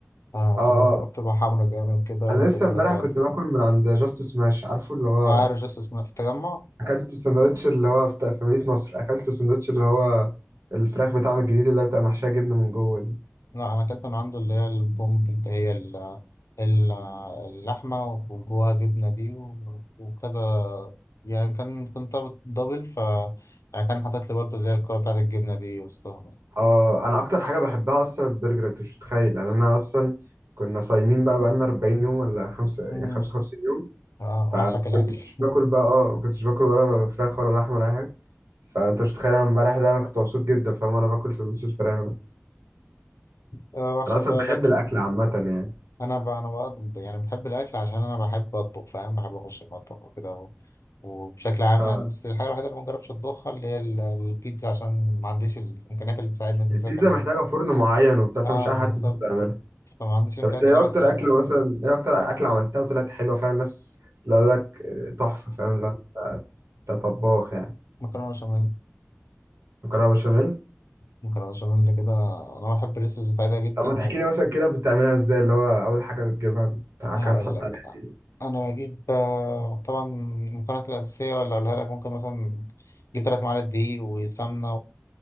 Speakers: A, on the left; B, on the right.
A: آه
B: اه
A: بتبقى بتبقى حمرا جامد كده
B: انا
A: والتتبيلة
B: لسه امبارح
A: بتاعتها
B: كنت باكل من عند جاست سماش عارفه اللي هو
A: عارف جاست اسمها في التجمع؟
B: اكلت الساندوتش اللي هو بتاع في مدينة نصر اكلت الساندوتش اللي هو الفراخ بتاعهم الجديد اللي هو بتبقى محشية جبنة من جوه دي.
A: لا أنا أكلت من عنده اللي هي البومب اللي هي ال- ال- اللحمة وجواها جبنة دي و- وكذا يعني كان كنت طالب دبل ف يعني كان حاطط لي برضه اللي هي الكرة بتاعت الجبنة دي وسطهم
B: اه انا اكتر حاجه بحبها اصلا البرجر انت مش متخيل يعني انا اصلا كنا صايمين بقى بقالنا 40 يوم ولا خمسة
A: مم.
B: يعني 55 يوم
A: آه
B: فما
A: وحشك الأكل
B: كنتش
A: <laughs>
B: باكل بقى اه ما كنتش باكل ولا فراخ ولا لحمه ولا اي حاجه فانت مش متخيل انا امبارح ده انا كنت مبسوط جدا فاهم انا باكل سندوتش الفراخ ده
A: آه، وحشك
B: انا اصلا
A: بقى
B: بحب
A: الأكل
B: الاكل عامه يعني
A: انا ب... انا بقى يعني بحب الاكل عشان انا بحب اطبخ فاهم بحب اخش المطبخ وكده و... وبشكل عام
B: اه
A: يعني بس الحاجه الوحيده اللي ما جربتش اطبخها اللي هي ال- البيتزا عشان ما عنديش الامكانيات اللي تساعدني في
B: يعني
A: السكن
B: البيتزا
A: يعني
B: محتاجه فرن معين وبتاع فمش
A: اه
B: اي حد
A: بالظبط
B: بيقدر يعملها
A: فما عنديش الامكانيات
B: طب انت ايه
A: اللي هو
B: اكتر
A: تساعدني
B: اكله مثلا ايه اكتر اكله عملتها وطلعت حلوه فعلا الناس لو لك آه، تحفه فاهم لا انت أنت طباخ يعني
A: مكرونه بشاميل
B: مكرونه بشاميل
A: مكرونه بشاميل كده انا بحب الريسبس بتاعتها جدا
B: طب ما تحكي لي مثلا كده بتعملها ازاي اللي هو اول حاجه بتجيبها بتاع
A: هقول
B: كده تحط
A: لك
B: عليها
A: انا بجيب آه، طبعا المكونات الاساسيه ولا اقولها لك ممكن مثلا اجيب ثلاث معالق دقيق وسمنه